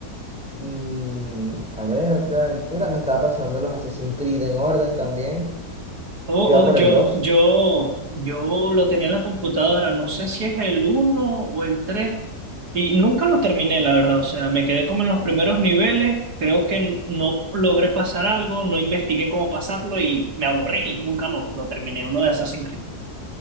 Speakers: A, in the centre; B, on the right.
A: Y a ver, otra aventura. Me estaba pasando los Assassin's Creed en orden también.
B: Oh,
A: Yo
B: oh,
A: iba por
B: yo,
A: el dos
B: yo, yo lo tenía en la computadora, no sé si es el uno o el 3 y nunca lo terminé, la verdad, o sea, me quedé como en los primeros niveles, creo que no logré pasar algo, no investigué cómo pasarlo y me aburrí y nunca lo, lo terminé, uno de Assassin's Creed.